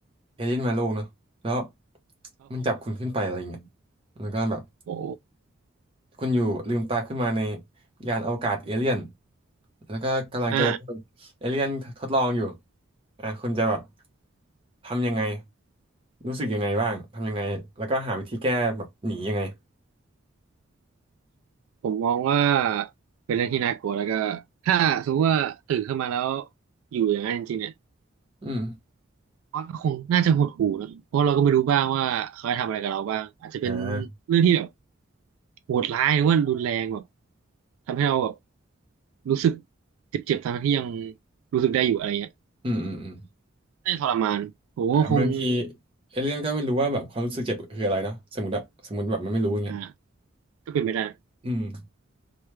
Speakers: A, on the right (about 25°); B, on the right (about 75°).
A: เอเลี่ยนมาโลกเนาะแล้ว
B: ครับผม
A: มันจับคุณขึ้นไปอะไรเงี้ยแล้วก็แบบ
B: โอ้
A: คุณอยู่ลืมตาขึ้นมาในยานอวกาศเอเลี่ยนแล้วก็กำลังจะ
B: อ่า
A: เอเลี่ยนทดลองอยู่อ่ะคุณจะแบบทำยังไง รู้สึกยังไงบ้าง ทำยังไงแล้วก็หาวิธีแก้แบบหนียังไง
B: ผมมองว่าเป็นเรื่องที่น่ากลัวแล้วก็ถ้าสมมติว่าตื่นขึ้นมาแล้วอยู่อย่างนั้นจริงๆเนี่ย
A: อืม
B: ก็คงน่าจะหดหู่นะเพราะเราก็ไม่รู้บ้างว่าเขาจะทำอะไรกับเราบ้างอาจจะเป็น
A: อ่า
B: เรื่องที่แบบโหดร้ายหรือว่ารุนแรงแบบทำให้เราแบบรู้สึกเจ็บๆทั้งที่ยังรู้สึกได้อยู่อะไรเงี้ย
A: อืมอืมอืม
B: น่าจะทรมานผมก็คง
A: อ่าบางทีเอเลี่ยนก็ไม่รู้ว่าแบบความรู้สึกเจ็บคืออะไรเนาะสมมติอะสมมติแบบมันไม่รู้อย่างเงี้ย
B: อ่าก็เป็นไปได้
A: อืม <laughs>